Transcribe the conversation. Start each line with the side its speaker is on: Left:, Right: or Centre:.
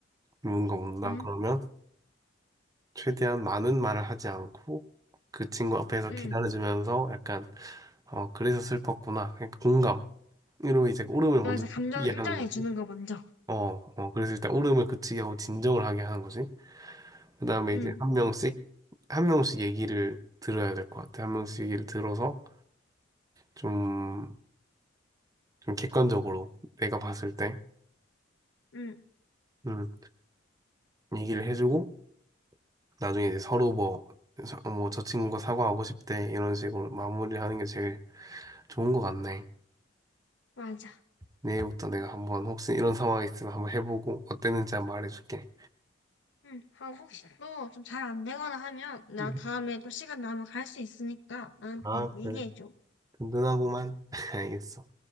Right: 누군가 온다.
Left: 음,
Right: 그러면 최대한 많은 말을 하지 않고, 그 친구 앞에서
Left: 음.
Right: 기다려주면서 약간, 어, 그래서 슬펐구나. 그러니까 공감. 으로 이제 울음을 먼저
Left: 맞아, 감정을
Right: 느끼게
Left: 인정해주는
Right: 하는 거지.
Left: 거 먼저.
Right: 어, 어, 그래서 일단 울음을 그치게 하고 진정을 하게 하는 거지. 그 다음에
Left: 음,
Right: 이제 한 명씩, 한 명씩 얘기를 들어야 될 것 같아. 한 명씩 얘기를 들어서 좀, 좀 객관적으로 내가 봤을 때,
Left: 음,
Right: 음, 얘기를 해주고, 나중에 이제 서로 뭐, 서- 뭐, 저 친구가 사과하고 싶대. 이런 식으로 마무리하는 게 제일 좋은 것 같네.
Left: 맞아.
Right: 내일부터 내가 한번 혹시 이런 상황이 있으면 한번 해보고 어땠는지 한번 말해줄게.
Left: 응, 아, 혹시 또 좀 잘 안 되거나 하면, 나
Right: 음.
Left: 다음에 또 시간 나면 갈 수 있으니까 나한테
Right: 아,
Left: 얘기해줘.
Right: 그래. 든든하구만. <laughs> 알겠어.